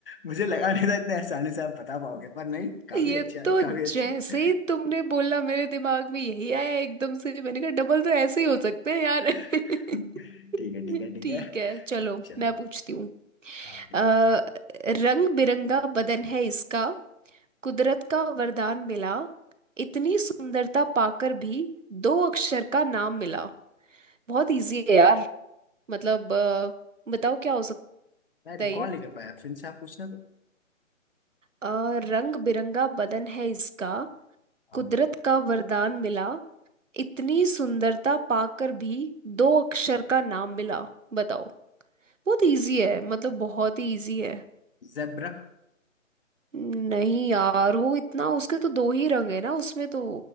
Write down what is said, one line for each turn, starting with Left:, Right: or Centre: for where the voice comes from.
Left: मुझे लगा नहीं था इतने आसानी से आप बता पाओगे पर नहीं काफी
Right: ये
Left: अच्छा है
Right: तो
Left: काफी अच्छा
Right: जैसे ही तुमने बोला मेरे दिमाग में यही आया एकदम से मैंने कहा डबल तो ऐसे ही हो सकते हैं यार
Left: <laughs>
Right: <laughs>
Left: ठीक है ठीक है ठीक
Right: ठीक
Left: है
Right: है चलो
Left: चलो
Right: मैं पूछती हूँ
Left: हाँ ठीक
Right: अ,
Left: है
Right: रंग बिरंगा बदन है इसका कुदरत का वरदान मिला इतनी सुंदरता पाकर भी दो अक्षर का नाम मिला बहुत इजी है यार मतलब अ, बताओ क्या हो सकता
Left: मैं रिकॉल
Right: है ये
Left: नहीं कर पाया फिर से आप पूछना तो
Right: अ, रंग बिरंगा बदन है इसका
Left: हाँ
Right: कुदरत का वरदान मिला इतनी सुंदरता पाकर भी दो अक्षर का नाम मिला बताओ बहुत इजी है मतलब बहुत ही इजी है
Left: जेब्रा
Right: नहीं यार वो इतना उसके तो दो ही रंग है ना उसमें तो